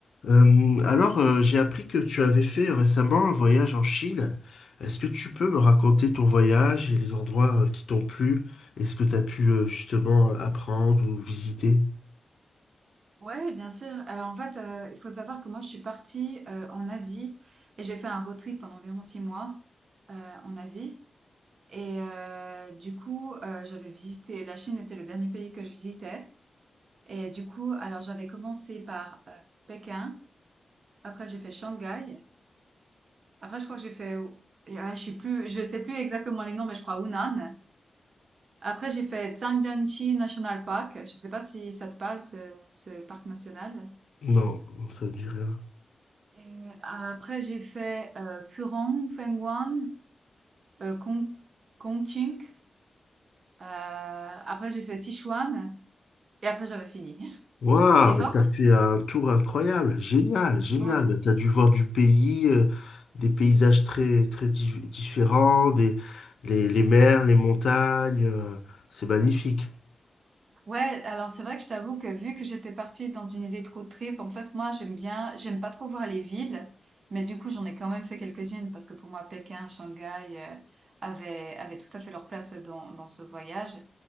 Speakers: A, on the left; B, on the right.
A: Euh, alors, euh, j'ai appris que tu avais fait récemment un voyage en Chine. Est-ce que tu peux me raconter ton voyage et les endroits euh, qui t'ont plu et ce que tu as pu euh, justement euh, apprendre ou visiter?
B: Ouais, bien sûr. Alors en fait, heu, il faut savoir que moi je suis partie, heu, en Asie et j'ai fait un road trip pendant environ 6 mois, heu, en Asie et heu, du coup, heu, j'avais visité la Chine était le dernier pays que je visitais et du coup, alors j'avais commencé par, heu, Pékin, après j'ai fait Shanghai, après je crois que j'ai fait ou ah, je suis plus je sais plus exactement les noms, mais je crois Hunan. Après j'ai fait Zhangjiajie National Park, je sais pas si ça te parle ce ce parc national?
A: Non, ça ne dit rien.
B: Et euh, après, j'ai fait euh, Furong, Fengguan, euh, Kong, Ching. après, j'ai fait Sichuan. Et après, j'avais fini.
A: Waouh,
B: <laughs> Et toi?
A: mais t'as fait un tour incroyable, génial, génial.
B: Ouais.
A: Mais t'as dû voir du pays, euh, des paysages très très di- différents, des les, les mers, les montagnes, euh, c'est magnifique.
B: Ouais, alors c'est vrai que je t'avoue que vu que j'étais partie dans une idée de road trip, en fait, moi, j'aime bien, j'aime pas trop voir les villes. Mais du coup, j'en ai quand même fait quelques-unes parce que pour moi, Pékin, Shanghai euh, avaient, avaient tout à fait leur place dans, dans ce voyage.